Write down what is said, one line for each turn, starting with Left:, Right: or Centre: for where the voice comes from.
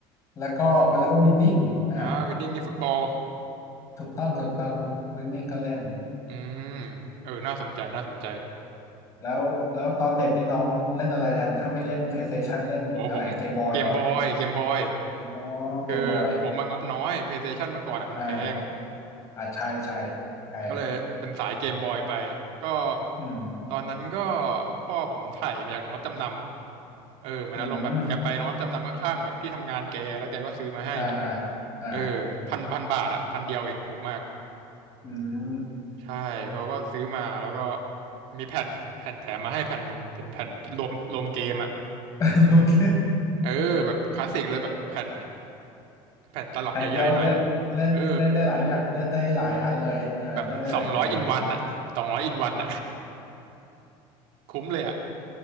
Left: แล้วก็เวลาก็วินนิ่งอ่า
Right: อ่าวินนิ่งนี่ฟุตบอล
Left: ถูกต้องถูกต้องวินนิ่งก็เล่น
Right: อืมเออน่าสนใจน่าสนใจ
Left: แล้วแล้วตอนเด็กนี่น้องเล่นอะไรแทนถ้าไม่เล่น PlayStation เล่นอะไรเกมบอยเหรอ
Right: โอ้ผมเกมบอยเกมบอย
Left: อ๋อเกมบอย
Right: คือผมมางบน้อย PlayStation เมื่อก่อนอ่ะมันแพง
Left: อ่าอ่าใช่ใช่แพง
Right: ก็เลยเป็นสายเกมบอยไปก็
Left: อืม
Right: ตอนนั้นก็พ่อผมไถ่มาจากโรงรับจำนำ เออเหมือนอารมณ์แบบแกไปโรงรับจำนำข้างๆแบบที่ทำงานแกแล้วแกก็ซื้อมาให้
Left: อืมอ่าอ่าอ่า
Right: เออพันพันบาทอะพันเดียวเองถูกมาก
Left: อืม
Right: ใช่เขาก็ซื้อมาแล้วก็มีแผ่นแผ่นแถมมาให้แผ่นหนึ่งเป็นแผ่นรวมรวมเกมอะ
Left: <laughs> โอเค
Right: เออแบบคลาสสิกเลยแบบแผ่นแผ่นตลับใหญ่ๆหน่อย
Left: แผ่นเดียวเล่นเล่นเล่นได้หลายอย่างเล่นได้หลายอันเลยเออเล่นได้หลายเกม
Right: เออแบบสองร้อยอินวันอะสองร้อยอินวันอะคุ้มเลยอะ